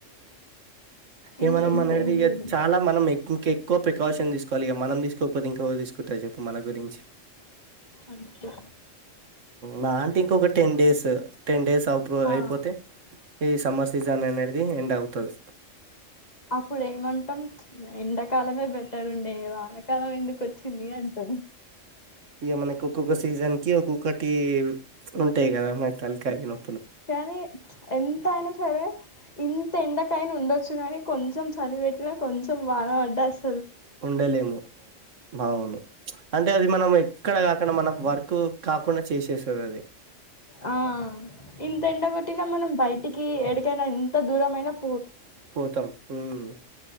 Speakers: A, on the left; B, on the right.
A: ఏ-
B: మ్మ్ మనం
A: ఎంత
B: మనదాధి
A: ఏం
B: ఇక
A: చేయలేం
B: చాలా మనం ఇంకా ఎక్కువ ప్రికాషన్ తీసుకోవాలి ఇక మనం తీసుకోకపోతే ఇంకో తీసుకుంటారు చెప్పు మన గురించి
A: అంతే
B: మా ఆంటీ ఇంకొక టెన్ డేస్ టెన్ డేస్ సావు
A: ఆ
B: అయిపోతే ఈ సమ్మర్ సీజన్ అనే అది ఎండ్ అవుతుది
A: అప్పుడు ఏమంటాం ప్చ్ ఎండాకాలమే బెటర్ ఉండే వాళ్ళకి కాలం ఎందుకు వచ్చింది అంటాం
B: ఇగా మనకూ ఒక్కొక్క సీజన్ కి ఒక్కొక్కటి ఉంటాయి కదా మన తలకాయి నొ
A: కానీ ప్చ్ ఎంతయినా సరే ఇంత ఎండకాయిన్ ఉండొచ్చు గానీ కొంచెం చల్లిపెట్టినా కొంచెం వాన పడ్డాస్
B: ఉండలేము బావును ప్చ్ అంటే అది మనం ఎక్కడ కాక్ అక్కడ మనకూ వర్క్ కాకుండా చేసేస్తాదాది
A: ఆ ఇంత ఎండ కొట్టిన మనం బయటికి ఎడిక్ <unintelligible> ఎంత దూరంమైనా పో
B: పోతాం హ్మ్